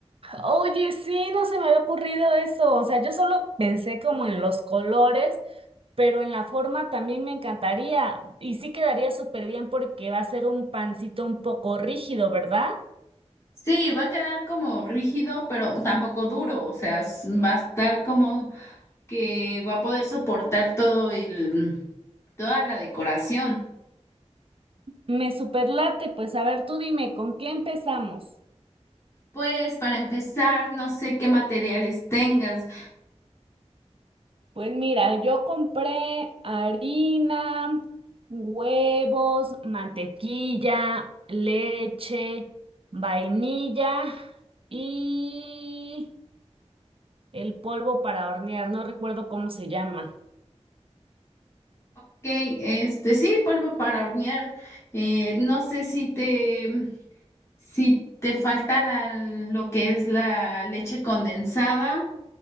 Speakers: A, on the right; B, on the left.
A: Oye, sí, no se me había ocurrido eso, o sea, yo solo pensé como en los colores, pero en la forma también me encantaría y sí quedaría súper bien porque va a ser un pancito un poco rígido, ¿verdad?
B: Sí, va a quedar como rígido, pero tampoco duro. O sea, s- va a estar como que va a poder soportar todo el... Toda la decoración.
A: Me superlate, pues a ver, tú dime, ¿con qué empezamos?
B: Pues para empezar, no sé qué materiales tengas.
A: Pues mira, yo compré harina, huevos, mantequilla, leche, vainilla y el polvo para hornear, no recuerdo cómo se llama.
B: Ok, este sí, polvo para hornear. Eh, no sé si te, si te falta la, lo que es la leche condensada.